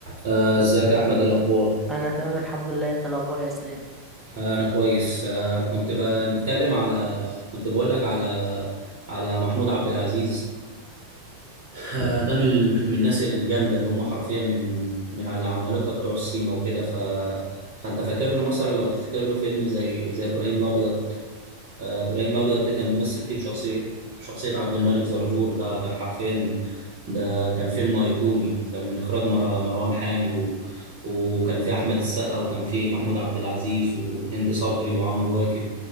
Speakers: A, on the right (about 55°); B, in the centre.
A: آه، ازيك يا احمد إيه الاخبار
B: انا تمام الحمد لله انت الاخبار يا اسلام
A: آه، انا كويس آه، كنت بنتكلم على كنت بقول لك على على محمود عبد العزيز آه، ده من ال- من الناس الجامده اللي هم حرفيا من من على العمالقه بتوع السيما وكده ف فانت فاكر له مثلا لو تفتكر له فيلم زي زي ابراهيم الابيض آه، ابراهيم الابيض ده كان بيمثل فيه بشخصيه بشخصيه عبد الملك زرزور ده كان حرفيا ده كان فيلم ايقوني وكان من اخراج مر- مروان حامد و... وكان فيه احمد السقا وكان فيه محمود عبد العزيز وهند صبري وعمرو واكد